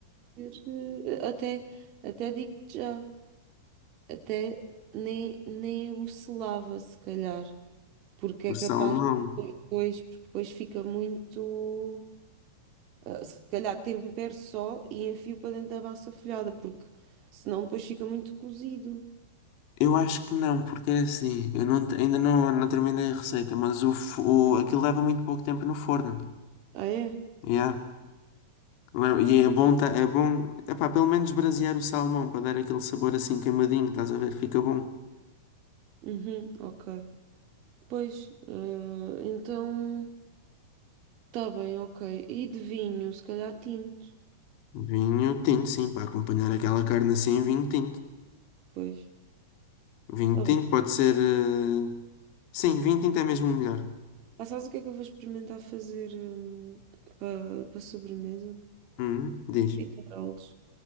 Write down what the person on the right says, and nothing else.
por ser. eh, Até, até digo-te já. Até nem, nem o selava, se calhar. Porque
é capaz.
Depois, porque depois fica muito. ah, se calhar tempero só e enfio para dentro da massa folhada. Porque senão depois fica muito cozido.
Ah, é?
Uhum, ok. Pois, ah, então. Tá bem, ok. E de vinho, se calhar tinto.
Pois,
tá bem.
Ah, sabes o que é que eu vou experimentar fazer hum, para para sobremesa?
Fitarolos.